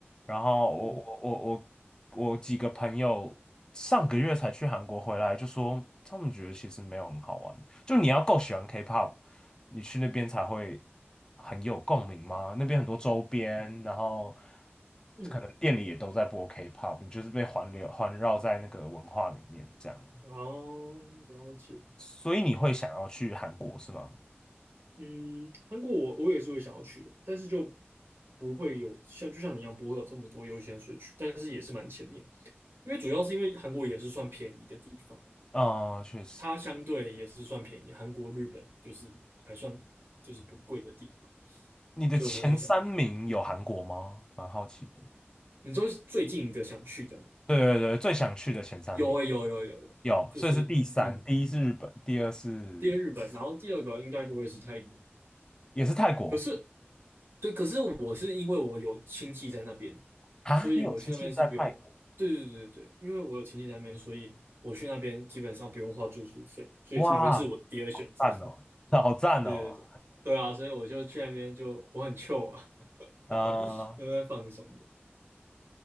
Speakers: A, on the left; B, on the right.
A: 然后我我我
B: 嗯
A: 我我几个朋友上个月才去韩国回来，就说他们觉得其实没有很好玩。就你要够喜欢 K-pop，你去那边才会很有共鸣吗？那边很多周边，然后
B: 嗯，
A: 可能店里也都在播 K-pop，你就是被环流环绕在那个文化里面这样，
B: 哦，了解。
A: 所以你会想要去韩国是吗？
B: 嗯，韩国我我也是会想要去的，但是就不会有像就像你一样不会有这么多优先顺序，但是也是蛮前面，因为主要是因为韩国也是算便宜的地方嘛，
A: 啊、确实。
B: 它相对也是算便宜，韩国、日本就是还算就是不贵的地方，
A: 你的前三名有韩国吗？
B: 所以我会想去。
A: 蛮好奇的。
B: 你说是最近一个想去的吗？
A: 对对对，最想去的前三名。
B: 有诶、有有有有，
A: 有，
B: 就是嗯，
A: 所以是第三，第一是日本，第二是
B: 第一个日本，然后第二个应该就会是泰国，
A: 也是泰国
B: 可是。对，可是我是因为我有亲戚在那边，
A: 啊。
B: 所以我去那边是不用。
A: 你有亲戚在泰国？
B: 对对对对对，因为我有亲戚在那边，所以我去那边基本上不用花住宿费，所以才会是我第二选择。
A: 哇，赞哦，好赞哦。
B: <laughs> 对对对，对啊，所以我就去那边就我很 c 啊，
A: 呃，
B: <laughs> 那边放松的。